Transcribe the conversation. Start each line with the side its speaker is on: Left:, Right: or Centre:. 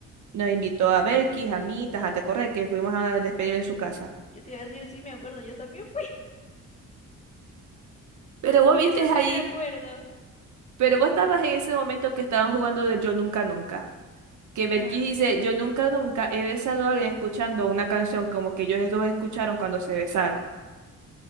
Right: Nos invitó a Belkis, a mí, a Correa, que fuimos a despedir en su casa.
Left: Yo te iba a decir, sí, me acuerdo, yo también fui.
Right: Pero vos
Left: De
Right: viste
Left: eso sí
Right: ahí,
Left: me acuerdo.
Right: pero vos estabas en ese momento que estaban jugando de Yo Nunca Nunca. Que Belkis
Left: ajá
Right: dice, yo nunca nunca he besado a alguien escuchando una canción como que ellos dos escucharon cuando se besaron.